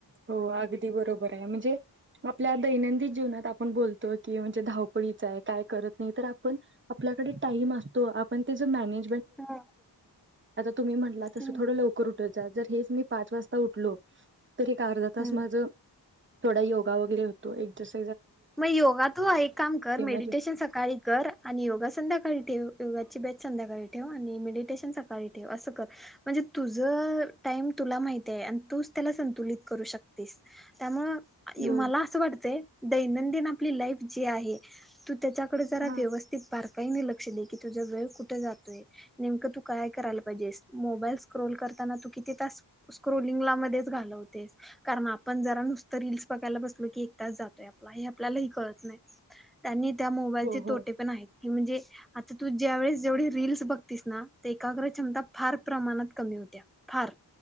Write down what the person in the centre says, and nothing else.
हम्म
हम्म
हम्म.
मग योगा तू एक काम कर मेडिटेशन
सकाळी कर आणि योगा संध्याकाळी ठे योगाची बेस् संध्याकाळी ठेव आणि मेडिटेशन सकाळी ठेव असं कर म्हणजे तुझ टाइम तुला माहती आहे आणि तू त्याला संतुलित करू शकतेस त्यामुळे
मला असं वाटतंय दैंदि आप लाई ज आहे त त्या डे जरा
व्यवस्थित पार् काही लक्ष दे की तुझ वेळ कुठे जातोय नेमकं तू काय करायला पाहिजेस मोबाईल स्क्रोल करताना तू किती तास स्क्रोलिंग मध्येच घालवतेस कारण आपण जरा नुसत रीलस बघायला बसलो की एक त हे आपल्यालाही कळत नाही त्यांनी त्या मोबाईलचे
तोटे पण आहेत की म्हणजे तर तू ज्या वेळेस जेवढी रीलस बघतीस ना ते एकाग्र क्षमता फार प्रमाणात कमी होत्या फार